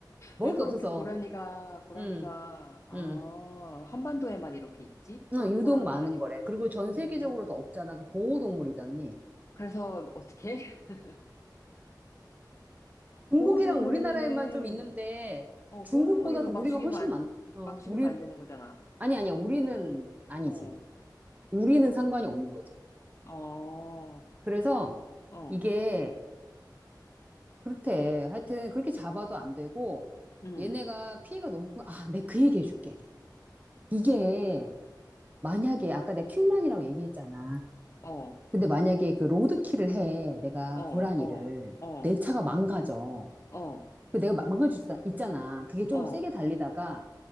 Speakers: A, on the right (about 20°); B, on the left (about 40°).
A: 먹을
B: 왜 그렇게
A: 게 없어서.
B: 고라니가, 고라니가,
A: 음.
B: 아,
A: 음.
B: 한반도에만 이렇게 있지?
A: 어,
B: 호,
A: 유독
B: 호랑이도
A: 많은
B: 아니고.
A: 거래. 그리고 전 세계적으로도
B: 음,
A: 없잖아. 그 보호동물이잖니.
B: 그래서 어떻게? <laughs>
A: 중국이랑
B: 보호동물이면은,
A: 우리나라에만 좀 있는데
B: 어,
A: 중국보다도
B: 보호동물이면 막
A: 우리가
B: 죽이면
A: 훨씬
B: 안,
A: 많, 어,
B: 막 죽이면
A: 우리,
B: 안 되는 거잖아.
A: 아니, 아니야. 우리는 아니지.
B: 어,
A: 우리는 상관이 없는 거지.
B: 어,
A: 그래서
B: 어,
A: 이게 그렇대. 하여튼 그렇게 잡아도 안 되고
B: 음,
A: 얘네가 피해가 너무 큰, 아, 내가 그 얘기 해줄게. 이게 만약에 아까 내가 퀵만이라고 얘기했잖아.
B: 어,
A: 근데 만약에 그 로드킬을 해. 내가
B: 어,
A: 고라니를.
B: 어, 어,
A: 내 차가 망가져.
B: 어,
A: 그 내가 막- 망가질 수 있- 있잖아. 그게 좀
B: 어,
A: 세게 달리다가